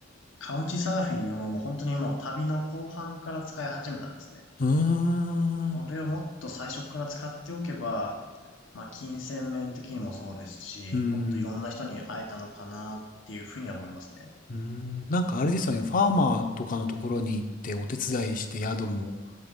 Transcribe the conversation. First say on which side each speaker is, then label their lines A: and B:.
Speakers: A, on the left; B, on the left.
A: カウチサーフィンをもう本当にもう旅の後半から使い始めたんですね。
B: うー
A: それをもっと最初から使っておけば、
B: ん。
A: まあ、金銭面的にもそうですし、
B: うーん。
A: もっといろんな人に会えたのかなっていうふうには思いますね。
B: うーん、なんかあれですよね、ファーマーとかのところに行ってお手伝いして宿も